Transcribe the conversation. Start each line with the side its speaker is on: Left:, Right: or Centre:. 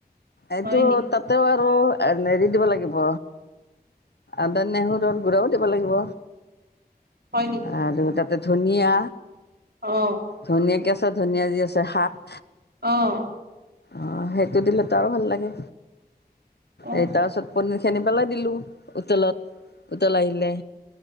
Left: এইটো
Right: হয় নেকি
Left: তাতেও টো আহ হেৰিত দিব লাগিব, আদা, নেহুৰৰ গুড়াও দিব লাগিব।
Right: হয় নেকি
Left: আৰু তাতে ধনিয়া,
Right: অ
Left: ধনিয়া কে কেচা ধনিয়া যে আছে শাক।
Right: অ',
Left: অ', সেইটো দিলেতো আৰু ভাল লাগে,
Right: অ
Left: এই তাৰপিছত পনী <unintelligible> পেলাই দিলোঁ, উতলত, উতল আহিলে